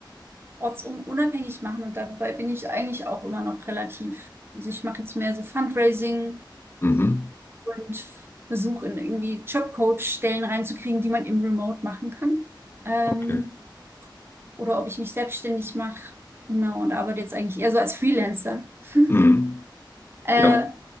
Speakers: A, on the right; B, on the left.
A: ortsunabhängig machen und dabei bin ich eigentlich auch immer noch relativ. Also ich mache jetzt mehr so Fundraising
B: Mhm.
A: und versuche in irgendwie Jobcoach-Stellen reinzukriegen, die man im Remote machen kann. Ähm,
B: Okay.
A: oder ob ich mich selbstständig mache. Genau, und arbeite jetzt eigentlich eher so als Freelancer. <laughs>
B: Mhm.
A: Äh,
B: Ja.